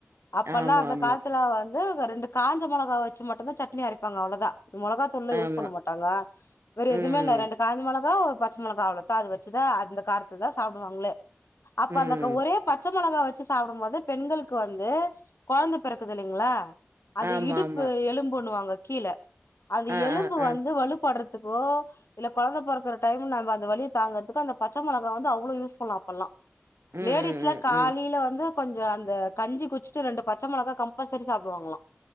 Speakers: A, on the left; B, on the right.
A: அப்பல்லா
B: ஆமா
A: அந்த
B: ஆமா
A: கால்த்துல வந்து க ரெண்டு காஞ்ச மொளகா வச்சி மட்டுந்தா சட்னி அரைப்பாங்க அவுளோதா மொளகாத் உள்ள யூஸ்
B: ஆமா
A: பண்ண மாட்டாங்க வேற எதுமே
B: ம்
A: இல்ல ரெண்டு காய் மொளகா ஒரு பச் மொளகா அவ்ளோதா அது வெச் சிதா அந்த காரத்து தா சாப்டுவாங்களே அப்ப
B: ம்
A: அந்தக்க ஒரே பச்ச மொளகா வச்சு சாப்புடும்போது பெண்களுக்கு வந்து கொழந்த பிறக்குது இல்லைங்ளா அந்த
B: ஆமா
A: இடுப்பு
B: ஆமா
A: எலும்புண்ணுவாங்க கீழ அந்த
B: ஆ
A: எலும்பு
B: ஆ ஆ
A: வந்து வலுப்பட்றத் துக்கோ இல்ல கொழந்த பொறக்குற டைம்ல நம்ப அந்த வலிய தாங்கற்த் துக்கு அந்த பச்ச மொளகா வந்து அவுளோ யூஸ்ஃபுல்லா அப்பல்லா
B: ம்
A: லேடிஸ்லா
B: ம்
A: காலைல
B: ம் ம்
A: வந்து கொஞ்சோ அந்த கஞ்சி குச்சிட்டு ரெண்டு பச்ச மொளகா கம்பல்சரி சாப்டுவாங்ளா